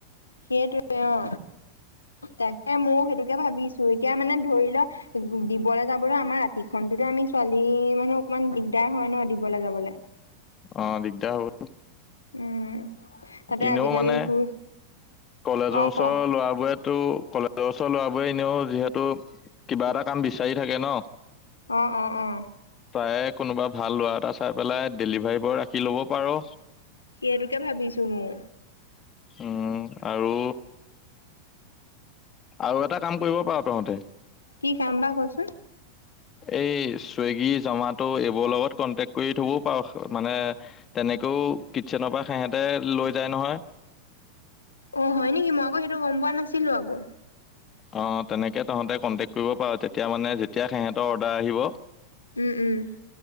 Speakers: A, on the left; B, on the left.
A: সেইটোৱে অ তাকে মোৰ সেইটোকে। এতিয়া ভাবিছো! এতিয়া মানে ধৰি লও দিবলৈ যাবলৈ আমাৰ ৰাতিখনতোতে আমি ছোৱালী মানুহ অকমান দিগদাৰ হয় ন দিবলৈ যাবলৈ।
B: অ দিগদাৰ হব।
A: উম! তাতে
B: এনেও
A: আজিকালি
B: মানে
A: তোৰ
B: কলেজৰ
A: অ
B: ওচৰ
A: ক
B: লৰাবোৰেতো কলেজৰ। কলেজৰ লৰাবোৰে এনেও যিহেতু কিবা এটা কাম বিচাৰি থাকে ন।
A: অ অ অ।
B: তাৰে কোনোবা ভাল লৰা এটা চাই পেলাই ডেলিভাৰী বয় ৰাখি ল'ব পাৰ।
A: সেইটোকে ভাবিছো মই
B: উম আৰু! আৰু এটা কাম কৰিব পাৰ তহঁতে।
A: কি কাম বা কচোন
B: এই চুইগী, জমাটো এইবোৰৰ লগত কন্টেকট কৰি থ'বও পাৰ মানে তেনেকেও কিটচেনৰ পৰা সিহতে লৈ যায় নহয়।
A: অ হয় নেকি মই আকৌ সেইটো গম পোৱা নাছিলো আকৌ।
B: অ তেনেকে তহঁতে কণ্টেক্ট কৰিব পাৰ তেতিয়া মানে যেতিয়া সিহঁতৰ অৰ্ডাৰ আহিব।
A: উম উম।